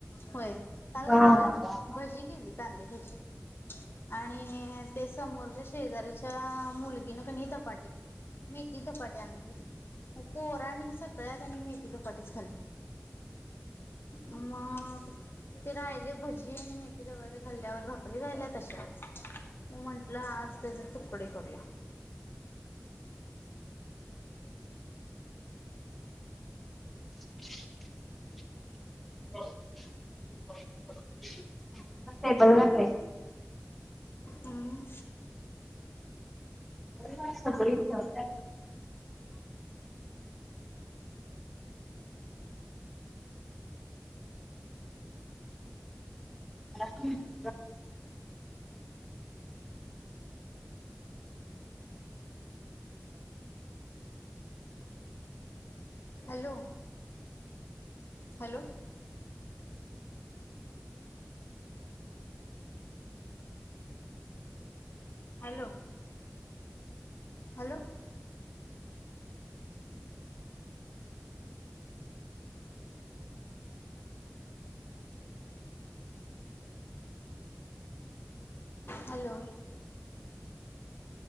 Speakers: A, on the left; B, in the centre.
A: होय. काल
B: वा
A: काय
B: वा
A: झालं,
B: वा वा.
A: भजी केली, कांदे भजी आणि ते समोरच्या शेजऱ्याच्या मुलगीने कनी धपाटे. मी ती धपाटे आणून दिली. पोर आणि सगळ्या जणी मिहती धपाटेच खाल्ले. ममग ते राहिले भजी आणि मेथी धपाटे खाल्ल्यावर भाकरी राहिल्या तशाच. म म्हंटलं आज त्याचे तुकडे करूया.
B: <inaudible> <unintelligible> टेबल घातले.
A: हम्म
B: बैल करते आहे. <unintelligible>
A: Hello. Hello. Hello. Hello. Hello.